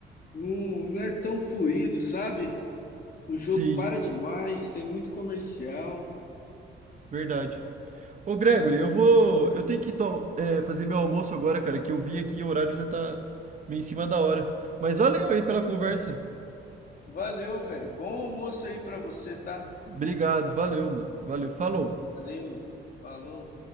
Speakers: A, on the left; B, on the right.
A: Não, não é tão fluido, sabe? O jogo
B: Sim,
A: para demais, tem muito comercial.
B: verdade. Ô Gregory, eu vou. Eu tenho que to- é, fazer meu almoço agora, cara, que eu vi aqui, o horário já tá meio em cima da hora. Mas valeu aí pela conversa.
A: Valeu, velho. Bom almoço aí pra você, tá?
B: Obrigado, valeu, mano. Valeu, falou.
A: Valeu. Falou.